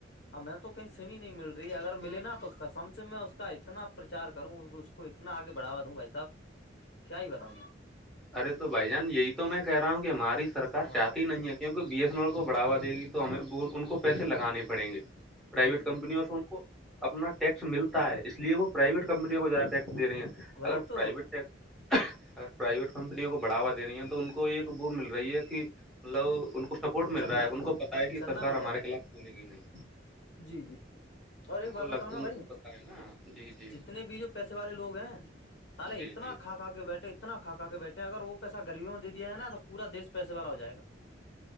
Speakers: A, on the left; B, in the centre.
A: میں تو کہیں سم ہی نہیں مل رہی اگر ملے نا تو سم سے میں اس کا اتنا پرچار کروں کو اتنا آگے بڑھاوا دوں بھائی صاحب کیا ہی بتاؤں میں
B: ارے تو بھائی جان یہی تو میں کہہ رہا ہوں کہ ہماری سرار
A: ہاں
B: چاہتی نہیں ہے کیوںکہ بی ایس ا ا کو بڑھوا دےی تو ہمیں ان کو پیسے لگانے پڑیں گے پرائیویٹ
A: جی جی
B: کمپنیوں سے ان کو اپنا ٹیکس ملتا ہے اس لیے وہ پرائیویٹ
A: ان
B: کمپنیوں کو زیادہ ٹیکسے رہی ہیں
A: وہی
B: اگر
A: تو
B: پرائیویٹ ٹیکس اگر پرائیویٹ کمپنیوں کو بڑھا دے رہی ہیں تو ان کو یہ ایک ب مل رہی ہے کہ مطلب
A: جی
B: ان کو سپورٹ مل
A: چندہ
B: رہا ہے ان کو پت ہے کہ
A: چندہ
B: سرار
A: مل
B: ہمارے
A: جاتا
B: خلاف بھولے گی نہیں
A: جی جی اور ایک
B: ان
A: بات
B: کو لگ
A: بتاؤ نا
B: ان
A: بھائی
B: کو پتا ہے نا جی جی
A: جتنے بھی جو پیسے والے لوگ ہیں سالے
B: جی
A: اتنا
B: جی
A: خا ھ ب بیھے اتنا کا کے بیٹھے اگر وہ پیہاغبیوں میں دیاائے نا تو پور دش پیسے والا ہو جائے گا